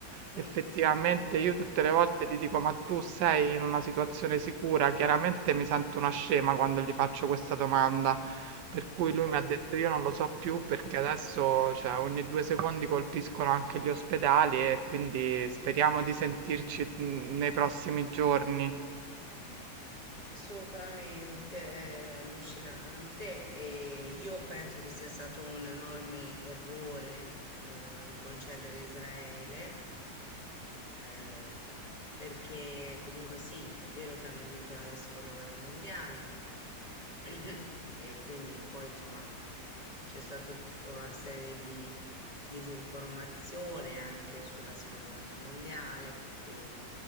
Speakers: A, on the right (about 75°); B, on the left (about 25°).
A: effettivamente
B: mm,
A: io tutte le volte gli dico, ma tu sei in una situazione sicura? Chiaramente mi sento una scema quando gli faccio questa domanda, per cui lui
B: eh,
A: mi ha detto, io non lo so più perché adesso, cioè, ogni due secondi colpiscono anche gli ospedali e quindi speriamo di sentirci mm, nei prossimi giorni.
B: Assolutamente eh, allucinante e io penso che sia stato un enorme errore eh, concedere a Israele eh, perché comunque sì, è vero che hanno vinto la seconda guerra mondiale <clears throat> e quindi poi insomma c'è stata tutta una serie di disinformazione anche sulla seconda guerra mondiale, per cui